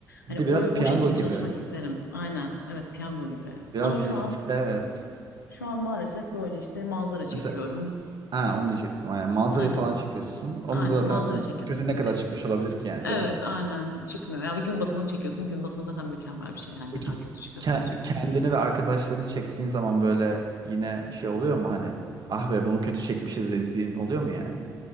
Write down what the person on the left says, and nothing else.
Hani
o,
o
şekilde
çalışmak isterim. Aynen. Evet, piyango gibi.
Ama şu
an
şu an maalesef böyle işte manzara çekiyorum.
Aynen.
Aynen
manzara çekiyorum.
E,
Evet,
aynen çıkmıyor. Ya bir gün batımını çekiyorsun. Gün batımı zaten mükemmel bir şey. Yani
ne kadar kötü çıkabilir.